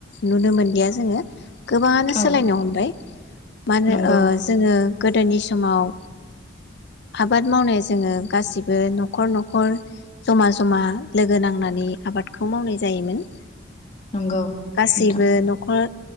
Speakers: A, on the left; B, on the left.
A: नुनो मोनलिया जोङो गोबाङानो
B: औ
A: सोलायनो हमबाय। मा होनो
B: नंगौ
A: ओ जोङो गो गोदोनि समाव आबाद मावनो जोङो गासिबो नखर नखर जमा जमा लोगो नांनानै आबाद खौ मावनाय जायोमोन।
B: नंगौ
A: गासैबो
B: नोंथां
A: नखर